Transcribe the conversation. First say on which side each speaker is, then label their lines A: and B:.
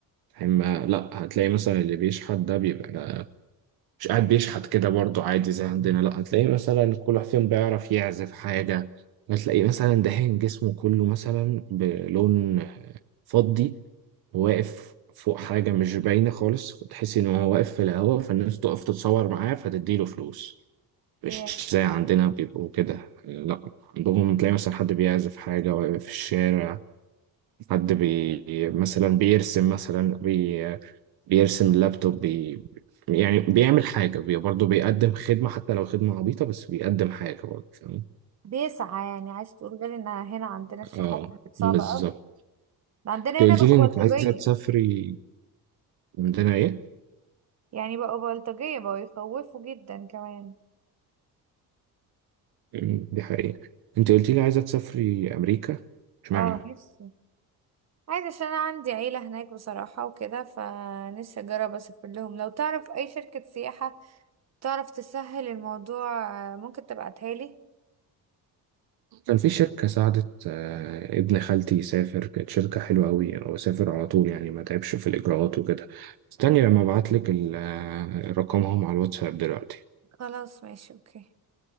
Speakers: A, on the right (about 70°); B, on the right (about 40°).
A: اما لا هتلاقي مثلا اللي بيشحت ده بيبقى مش قاعد بيشحت كده برضو عادي زي عندنا لا هتلاقي مثلا كل واحد فيهم بيعرف يعزف حاجة هتلاقي مثلا دهان جسمه كله مثلا بلون فضي واقف فوق حاجة مش باينة خالص تحس إن هو واقف في الهواء فالناس تقف تتصور معاه فتديله فلوس مش
B: إيه،
A: زي عندنا بيبقوا كده لا عندهم تلاقي مثلا حد بيعزف حاجة واقف في الشارع حد بي مثلا بيرسم مثلا بي بيرسم اللابتوب بي يعني بيعمل حاجة بي برضه بيقدم خدمة حتى لو خدمة عبيطة بس بيقدم حاجة برضه فاهم؟
B: بيسعى يعني عايز تقول غير ان هنا عندنا الشحات
A: اه
B: كانت صعبة
A: بالظبط
B: قوي ده عندنا
A: انت
B: هنا
A: قلت
B: بقوا
A: لي انك
B: بلطجية
A: عايزة تسافري عندنا ايه؟
B: يعني بقوا بلطجية بقوا يخوفوا جدا كمان
A: أمم، دي حقيقة انت قلت لي عايزة تسافري أمريكا اشمعنى؟
B: اه نفسي عادي عشان انا عندي عيلة هناك بصراحة وكده فنفسي اجرب اسافر لهم لو تعرف اي شركة سياحة تعرف تسهل الموضوع آه، ممكن تبعتها لي
A: كان في شركة ساعدت آه، ابن خالتي يسافر كانت شركة حلوة أوي هو سافر على طول يعني ما تعبش في الإجراءات وكده استني لما أبعتلك ال- آه، رقمهم على الواتساب دلوقتي
B: خلاص ماشي اوكي